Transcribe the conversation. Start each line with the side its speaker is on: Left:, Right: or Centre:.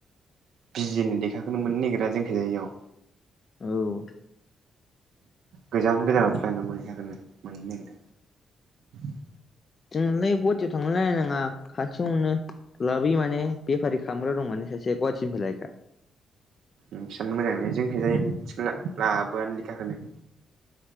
Right: बिजिनि लेखाखौनो मोननो नागिरा जोंखोजाय बेयाव
Left: औ
Right: गोजान गोजानावसो लायनांगौ <inaudible> <inaudible>
Left: जोंनालाय गुवाहाटियाव थांलायनाङा खाथियावनो मोनो लाबोयो माने बेफारि खालामग्रा दं माने सासे गुवाहाटिनिफ्राय लायग्रा
Right: नोंसोरनियानो मोजांलाय जोंनिथिंजाय लाबोआनो लेखाखौनो